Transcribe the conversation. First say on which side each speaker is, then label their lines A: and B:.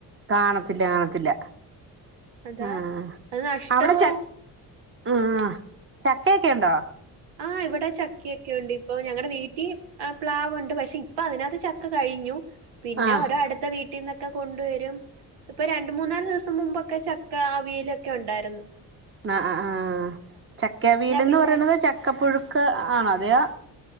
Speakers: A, on the right; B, on the right.
A: കാണത്തില്ല കാണത്തില്ല
B: അതാ
A: ആഹ്
B: അഹ് നഷ്ടവാഉ
A: അവിടെ ച ആഹ് ചക്കയൊക്കെ ഉണ്ടോ
B: ആഹ് ഇവിടെ ചക്കയൊക്കെയുണ്ട്. ഇപ്പൊ ഞങ്ങടെ വീട്ടി ആഹ് പ്ലാവൊണ്ട്. പക്ഷെ ഇപ്പ അതിനകത്ത് ചക്ക കഴിഞ്ഞു. പിന്ന
A: ആഹ്
B: ഒരോ അടുത്ത വീട്ടിന്നക്കെ കൊണ്ടുവരും ഇപ്പ രണ്ട് മൂന്നാല് ദിവസം മുമ്പൊക്കെ ചക്ക അവിയലൊക്കെ ഉണ്ടാരുന്ന്
A: ആഹ് ആഹ് ആഹ് ചക്കയവീലെന്ന്
B: പിന്നെ
A: പറയണത് ചക്കപ്പുഴുക്ക് ആണോ അതെയോ